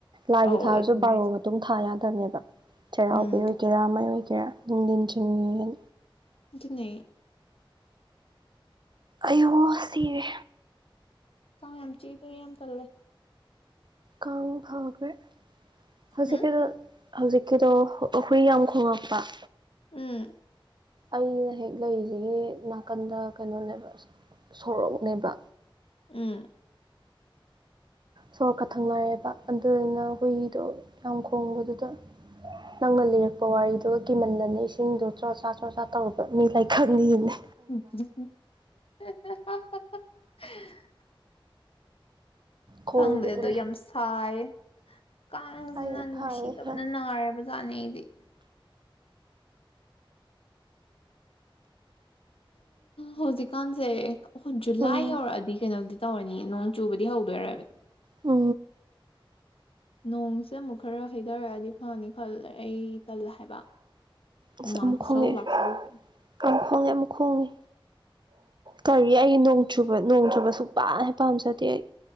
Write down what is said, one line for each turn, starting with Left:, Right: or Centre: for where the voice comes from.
Right: ꯂꯥꯏꯒꯤ
Left: ꯑꯧ
Right: ꯊꯥꯕꯁꯨ
Left: ꯑꯗꯨꯅꯦ
Right: ꯕꯥꯔꯣ
Left: ꯍꯥꯏꯁꯦ
Right: ꯃꯇꯨꯡ ꯊꯥ ꯌꯥꯗꯕꯅꯦꯕ ꯆꯩꯔꯥꯎꯕ
Left: ꯎꯝ
Right: ꯑꯣꯏꯒꯦꯔꯥ ꯃꯩ ꯑꯣꯏꯒꯦꯔꯥ ꯗꯟꯇ꯭ꯔꯤꯦ
Left: ꯑꯗꯨꯅ
Right: ꯑꯌꯨ ꯁꯤꯔꯦ
Left: ꯀꯥꯏ ꯌꯥꯝ ꯆꯤꯇꯩꯔꯤꯃ ꯇꯂꯦ
Right: ꯀꯥꯡ ꯐꯈꯦ ꯍꯧꯖꯤꯛꯀꯤꯗ
Left: ꯎꯝ
Right: ꯍꯧꯖꯤꯛꯀꯤꯗꯣ ꯍꯨꯏ ꯌꯥꯝ ꯈꯣꯉꯛꯄ
Left: ꯎꯝ
Right: ꯑꯩꯅ ꯍꯦꯛ ꯂꯩꯔꯤꯁꯤꯒꯤ ꯅꯥꯀꯟꯗ ꯀꯩꯅꯣꯅꯦꯕ ꯁꯣꯔꯣꯛꯅꯦꯕ
Left: ꯎꯝ
Right: ꯁꯣꯔꯣꯛꯀ ꯊꯪꯅꯔꯑꯦꯕ ꯑꯗꯨꯗꯨꯅ ꯍꯨꯏꯗꯣ ꯌꯥꯝ ꯈꯣꯡꯕꯗꯨꯗ ꯅꯪꯅ ꯂꯤꯔꯛꯄ ꯋꯥꯔꯤꯗꯨꯒ ꯀꯤꯃꯟꯟꯅꯅꯦ ꯏꯁꯤꯡꯗꯣ ꯆ꯭ꯔꯣꯆꯥ ꯆ꯭ꯔꯣꯆꯥ ꯇꯧꯔꯨꯔꯕ ꯃꯤ ꯂꯥꯏꯀꯛꯅꯤꯅꯦ
Left: <unintelligible>
Right: ꯈꯣꯡꯈꯤꯗ꯭ꯔꯦ
Left: ꯈꯪꯗꯦ ꯑꯗꯣ ꯌꯥꯝ ꯁꯥꯏ ꯀꯥꯡꯁꯤꯅ
Right: ꯑꯩ
Left: ꯅꯨꯡꯁꯤꯗꯕꯅ
Right: ꯐꯔꯦ ꯈꯔ
Left: ꯅꯥꯔꯕꯖꯥꯠꯅꯤ ꯑꯩꯗꯤ ꯍꯧꯖꯤꯛꯀꯥꯟꯁꯦ ꯖꯨꯂꯥꯏ
Right: ꯎꯝ
Left: ꯌꯧꯔꯛꯑꯗꯤ ꯀꯩꯅꯣꯗꯤ ꯇꯧꯔꯅꯤ ꯅꯣꯡ ꯆꯨꯕꯗꯤ ꯍꯧꯗꯣꯏꯔꯣꯏꯕ
Right: ꯑ
Left: ꯅꯣꯡꯁꯦ ꯑꯃꯨꯛ ꯈꯔ ꯍꯩꯊꯔꯛꯑꯗꯤ ꯐꯅꯤ ꯈꯜꯂꯦ ꯑꯩ ꯇꯜꯂ ꯍꯥꯏꯕ ꯍꯨꯃꯥꯥꯡ
Right: ꯑꯁ ꯑꯃꯨꯛ
Left: ꯈꯨꯁꯧ
Right: ꯈꯣꯡꯉꯛꯑꯦ
Left: ꯂꯥꯛꯁꯧꯁ‌ꯦ
Right: ꯑꯃꯨꯛ ꯈꯣꯡꯉꯦ ꯑꯃꯨꯛ ꯈꯣꯡꯉꯦ ꯀꯔꯤ ꯑꯩꯒꯤ ꯅꯣꯡ ꯆꯨꯕ ꯅꯣꯡ ꯆꯨꯕ ꯁꯨꯛꯄꯥꯝ ꯍꯦꯛ ꯄꯥꯝꯖꯗꯦ ꯑꯩ